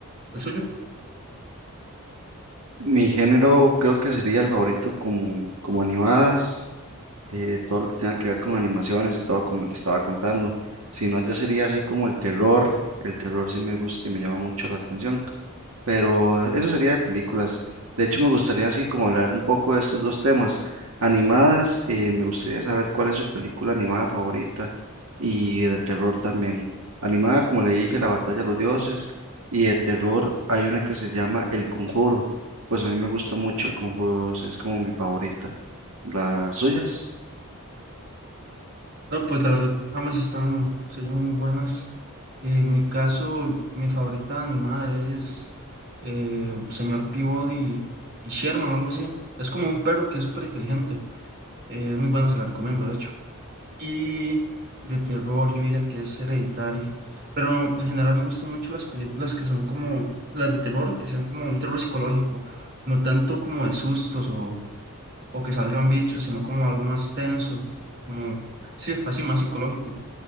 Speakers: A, on the right; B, on the right.
A: ¿El suyo?
B: Mi género creo que sería el favorito como, como animadas, eh, todo lo que tenga que ver con animaciones y todo como le estaba contando. Si no, ya sería así como el terror. El terror sí me gusta y me llama mucho la atención. Pero eso sería de películas. De hecho, me gustaría así como hablar un poco de estos dos temas. Animadas, eh, me gustaría saber cuál es su película animada favorita y de terror también. Animada, como le dije, La Batalla de los Dioses y de terror hay una que se llama El Conjuro. Pues a mí me gusta mucho El Conjuro 2, es como mi favorita. ¿Las suyas?
A: No, pues la verdad, ambas están, se oyen muy buenas. En mi caso, mi favorita animada es eh, Señor Peabody y Sherman, algo así. Es como un perro que es súper inteligente. Eh, es muy buena, se la recomiendo, de hecho. Y de terror, yo diría que es Hereditary. Pero en general me gustan mucho las películas que son como las de terror, que sean como un terror psicológico, no tanto como de sustos o, o que salgan bichos, sino como algo más tenso, como, sí, así más psicológico.